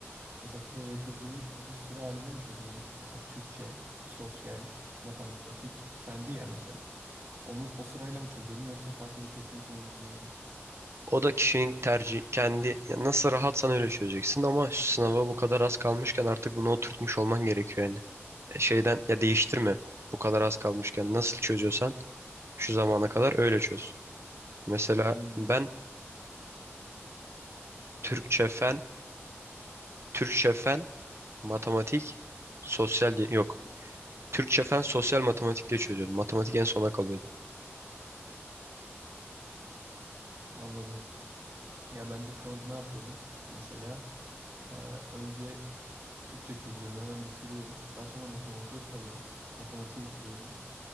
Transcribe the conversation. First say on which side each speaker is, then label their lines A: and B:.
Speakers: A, on the right; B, on the right.
A: mesela TYT'yi düz sıra halinde mi çözüyordun? Mesela Türkçe, sosyal, matematik, fendi ya mesela. Onu o sırayla mı çözüyordun yoksa farklı bir teknik mi uyguluyordun?
B: O da kişinin tercih kendi ya nasıl rahatsan öyle çözeceksin ama şu sınava bu kadar az kalmışken artık bunu oturtmuş olman gerekiyor yani. E, Şeyden ya değiştirme. Bu kadar az kalmışken nasıl çözüyorsan şu zamana kadar öyle çöz. Mesela
A: Hmm,
B: ben Türkçe fen, Türkçe fen, matematik, sosyal diye yok. Türkçe fen sosyal matematik diye çözüyordum. Matematik en sona kalıyordu.
A: anladım. Ya ben de şu an ne yapıyorum? Mesela Ee, önce Türkçe çözüyorum, hemen bitiriyorum. Daha sonra matematiğe kayıyorum. Matematiği bitiriyorum.